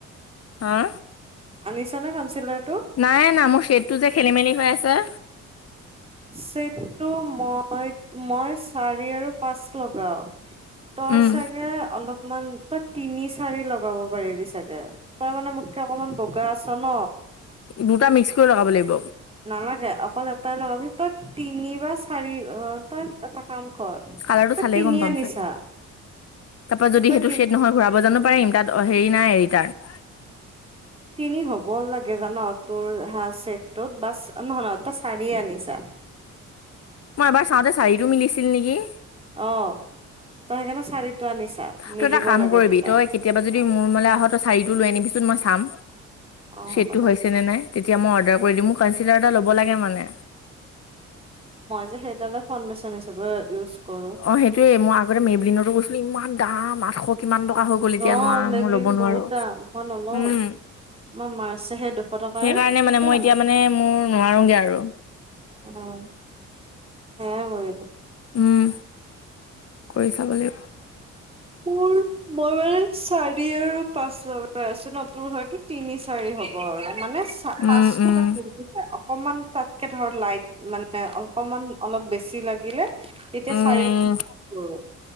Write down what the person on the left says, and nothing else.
হা
নাই অনা। মোৰ সেইটো যে খেলি-মেলি হৈ আছে।
উম
দুটা মিক্স কৰি লগাব লাগিব?
কালাৰটো
চালেই
গম পাম
চাগে, তাৰ পৰা যদি
সেইটো
শ্বেদ নহয় ঘুৰা জানো পাৰিম তাত হেৰি নাই ৰিটাৰ্ণ।
মই এবাৰ চাওঁতে চাৰিটো মিলিছিল নেকি?
তই
এটা কাম
কৰিবি
তই কেতিয়াবা যদি মোৰ ৰুমমলৈ আহঁ, তই চাৰি টো লৈ আনিবিচোন মই চাম,
চেদটো
হৈছে তেনে নাই, তেতিয়া মই অৰ্ডাৰ কৰি দিম মোৰ কনঞ্চিলাৰ এটা ল'ব লাগে মানে।
অ' সেইটোয়ে মই আগতে মেবলিনতো কৰিছিলো, ইমান দাম আঠশ কিমান টকা হল। গল এ এতিয়া
লব নোৱাৰোৱা,
মই ল'ব নোৱাৰো,
উম।
সেইকাৰণে
মানে মই
এতিয়া মানে মোৰ নোৱাৰোগে আৰু।
উম, কৰি চাব লাগিব।
উম,
উম,
উম,